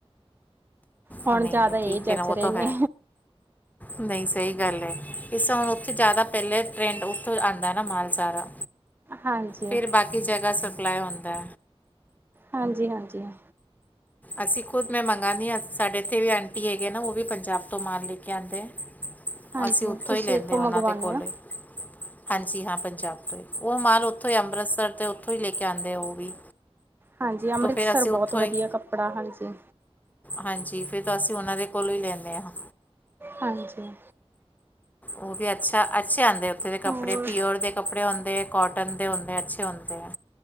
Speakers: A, on the right; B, on the left.
A: ਹੁਣ
B: ਉਹ ਨਹੀਂ
A: ਜ਼ਿਆਦਾ
B: ਨਹੀਂ
A: ਇਹ
B: ਠੀਕ
A: ਜੱਚ
B: ਹੈ ਨਾ ਉਹ
A: ਰਹੇ
B: ਤੋ
A: ਨੇ
B: ਹੈ ਨਈ ਸਹੀ ਗੱਲ ਏ ਇਸ ਤਰਾਂ ਹੁਣ ਉੱਥੇ ਜ਼ਿਆਦਾ ਪਹਿਲੇ ਟਰੈਂਡ ਉੱਥੋਂ ਆਉਂਦਾ ਨਾ ਮਾਲ ਸਾਰਾ
A: ਹਾਂਜੀ
B: ਫੇਰ ਬਾਕੀ ਜਗ੍ਹਾ ਸਪਲਾਈ ਹੁੰਦਾ।
A: ਹਾਂਜੀ-ਹਾਂਜੀ ਹਾ
B: ਅਸੀਂ ਖੁਦ ਮੈਂ ਮੰਗਾਂਂਨੀ ਹਾਂ ਸਾਡੇ ਇੱਥੇ ਵੀ ਆਂਟੀ ਹੈਗੇ ਨਾ ਉਹ ਵੀ ਪੰਜਾਬ ਤੋਂ ਮਾਲ ਲੈ ਕੇ ਆਉਂਦੇ ਹੈ।
A: ਹਾਂਜੀ
B: ਅਸੀਂ ਉੱਥੋਂ
A: ਤੁਸੀਂ
B: ਹੀ ਲੈਂਦੇ
A: ਇੱਥੋਂ
B: ਉਹਨਾਂ
A: ਮੰਗਵਾਉਂਦੇ
B: ਦੇ ਕੋਲੌ
A: ਹੋ
B: ਹੀ। ਹਾਂਜੀ ਹਾਂ ਪੰਜਾਬ ਤੋਂ ਹੀ ਉਹ ਮਾਲ ਉੱਥੋਂ ਹੀ ਅੰਮ੍ਰਿਤਸਰ ਤੋਂ ਉੱਥੋਂ ਹੀ ਲੈ ਕੇ ਆਉਂਦੇ ਆ ਉਹ ਵੀ।
A: ਹਾਂਜੀ ਅੰਮ੍ਰਿਤਸਰ
B: ਤਾਂ ਫਿਰ ਅਸੀਂ
A: ਬਹੁਤ
B: ਉੱਥੋਂ ਹੀ
A: ਵਧੀਆ ਕੱਪੜਾ ਹਾਂਜੀ।
B: ਹਾਂਜੀ ਫੇਰ ਤਾਂ ਅਸੀਂ ਉਹਨਾਂ ਦੇ ਕੋਲੋਂ ਹੀ ਲੈਂਨੇ ਹਾਂ।
A: ਹਾਂਜੀ।
B: ਉਹ ਵੀ ਅੱਛਾ ਅੱਛੇ ਆਂਦੇ ਉੱਥੋਂ ਵੀ ਕੱਪੜੇ
A: ਹੋਰ
B: ਪਿਓਰ ਦੇ ਕੱਪੜੇ ਹੁੰਦੇ ਕੋਟਨ ਦੇ ਹੁੰਦੇ ਅੱਛੇ ਹੁੰਦੇ ਆ।